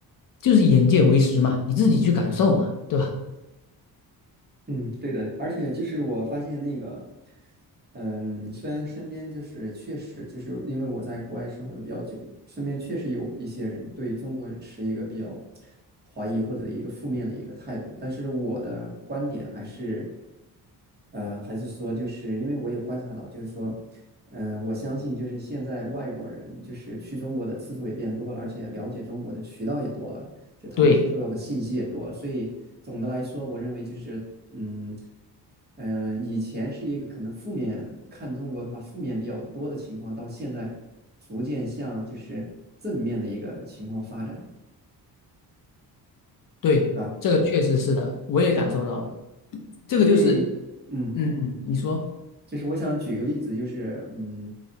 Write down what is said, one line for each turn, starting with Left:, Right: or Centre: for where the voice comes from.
Left: 就是眼见为实嘛，你自己去感受嘛，对吧？
Right: 嗯，对的，而且就是我发现那个，嗯，虽然身边就是确实就是因为我在国外生活的比较久，身边确实有一些人对中国持一个比较怀疑或者一个负面的一个态度，但是我的观点还是，呃，还是说就是因为我也观察到，就是说，嗯、我相信就是现在外国人就是去中国的次数也变多了，而且了解中国的渠道也多了。就他们接受到的信息也多了，
Left: 对
Right: 所以总的来说，我认为就是嗯嗯、呃以前是一个可能负面看中国的话负面比较多的情况，到现在逐渐向就是正面的一个情况发展，
Left: 对，
Right: 对吧？
Left: 这个确实是的，我也感受到了，这个就是
Right: 因为嗯，
Left: 嗯，你说
Right: 就是我想举个例子，就是嗯，